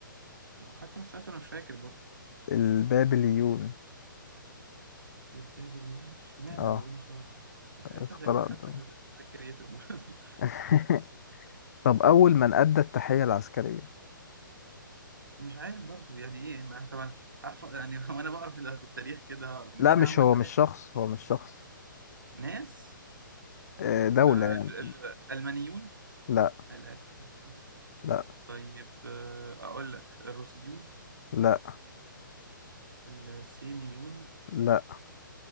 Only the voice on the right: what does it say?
حتى لو سألت أنا مش فاكر برضه
البابليون اشمعنى
البابليون اخترعوا الحروف؟ بس أسئلة
غريبة حتى
في الأسئلة الكريتيف برضه.
<laughs> مش عارف برضه يعني إيه ما طبعا عارف يعني <laughs> وأنا بقرا في في التاريخ كده مين
عمل
تحت
ناس
آه،
ال- ال- الألمانيون
الألمانيون
طيب آه، أقول لك الروسيون
الصينيون